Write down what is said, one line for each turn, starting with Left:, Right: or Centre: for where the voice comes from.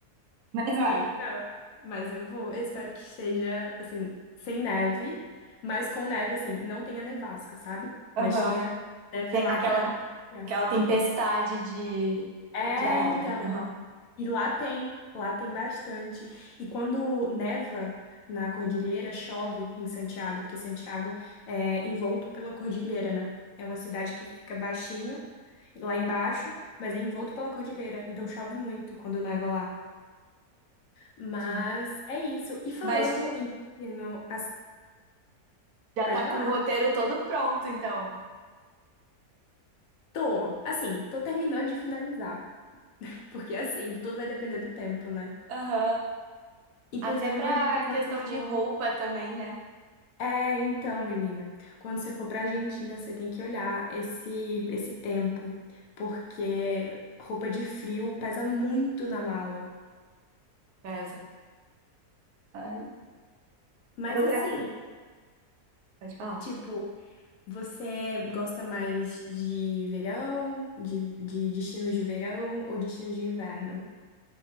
Right: Mas vai.
Left: então, mas eu vou. Eu espero que esteja assim sem neve, mas com neve assim, não tenha nevasca, sabe?
Right: Aham.
Left: Mas tenha neve
Right: Tem
Left: lá
Right: aquela,
Left: para dar. pra esquiar.
Right: aquela tempestade de,
Left: É,
Right: de neve.
Left: então
Right: Aham.
Left: E lá tem, lá tem bastante. E quando neva na cordilheira, chove em Santiago, porque Santiago é envolto pela cordilheira, né? É uma cidade que fica baixinho, lá embaixo, mas é envolto pela cordilheira, então chove muito quando neva lá. Mas
Right: Sim.
Left: é isso. E falando
Right: Mas
Left: em no,
Right: já
Left: pode
Right: tá
Left: falar.
Right: com o roteiro todo pronto, então.
Left: Tô, assim, tô terminando de finalizar, porque assim, tudo vai depender do tempo, né?
Right: Aham.
Left: Inclusive,
Right: Até pra
Left: uma dica quando
Right: questão
Left: você
Right: de
Left: for
Right: roupa também, né?
Left: É, então, menina, quando você for pra Argentina, você tem que olhar esse esse tempo, porque roupa de frio pesa muito na mala.
Right: Pesa. Ai,
Left: Mas
Right: Outra
Left: assim,
Right: fita. Pode falar.
Left: tipo, você gosta mais de verão, de, de destinos de verão ou destinos de inverno?